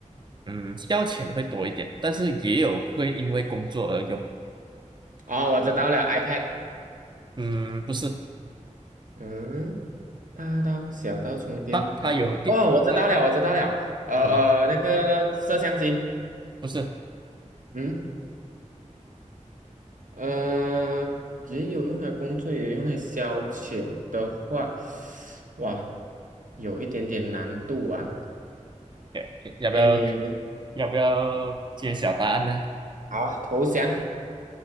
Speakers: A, on the right (about 35°); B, on the right (about 85°).
A: 嗯，消遣的会多一点，但是也有会因为工作而用。
B: 哦，我知道了，iPad。
A: 嗯，不是，
B: 嗯，大到小到充电宝。
A: 它它有电，
B: 哦，我知道了，
A: 它
B: 我知道了。呃
A: 什么？
B: 呃，那个摄像机。
A: 不是，
B: 嗯，呃，也有用来工作，也有用来消遣的话，哇，有一点点难度啊。
A: 要要不要
B: 诶，
A: 要不要揭晓答案呢？
B: 好，投降。<laughs>